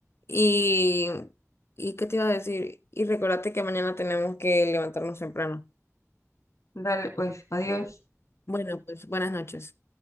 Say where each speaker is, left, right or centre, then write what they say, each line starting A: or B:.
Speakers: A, on the left; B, on the left.
A: Y, ¿y qué te iba a decir? Y recordate que mañana tenemos que levantarnos temprano.
B: Dale, pues, adiós.
A: Bueno, pues buenas noches.